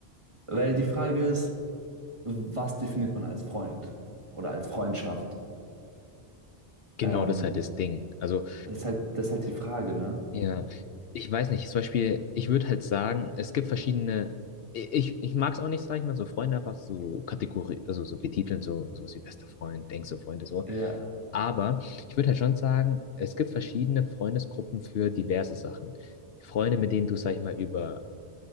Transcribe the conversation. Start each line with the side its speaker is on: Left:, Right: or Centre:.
Right: Weil die Frage ist, was definiert man als Freund oder als Freundschaft?
Left: genau,
Right: Ähm,
Left: das ist halt das Ding. Also,
Right: das ist halt, das ist halt die Frage, ne?
Left: ja, ich weiß nicht, zum Beispiel, ich würde halt sagen, es gibt verschiedene, ich, ich mag es auch nicht, sag ich mal, so Freunde einfach so Kategorie, also so betiteln, so, so wie bester Freund, denkst du, Freunde, so.
Right: Ja,
Left: Aber ich würde halt schon sagen, es gibt verschiedene Freundesgruppen für diverse Sachen. Freunde, mit denen du, sag ich mal, über